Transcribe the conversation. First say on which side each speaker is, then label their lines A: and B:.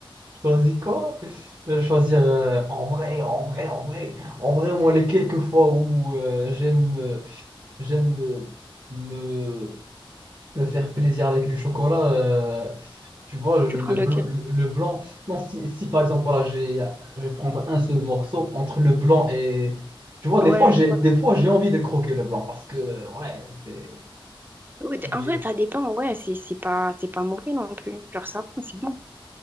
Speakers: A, on the right; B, on the right.
A: Choisis quoi? Je vais choisir euh, en vrai, en vrai, en vrai. En vrai, moi, les quelques fois où euh, j'aime euh, j'aime euh, me me faire plaisir avec du chocolat, euh, tu vois, je- le,
B: Tu prends lequel?
A: bl- le blanc. Non, si, si par exemple, voilà, j'ai, je vais prendre un seul morceau entre le blanc et. Tu vois, des
B: Ouais,
A: fois, j'ai,
B: voilà.
A: des fois, j'ai envie de croquer le blanc parce que, ouais, c'est.
B: Ouais, d-
A: Il
B: En vrai,
A: est.
B: ça dépend. Ouais, c'est c'est pas, c'est pas mauvais non plus. Genre, ça, va, c'est bon.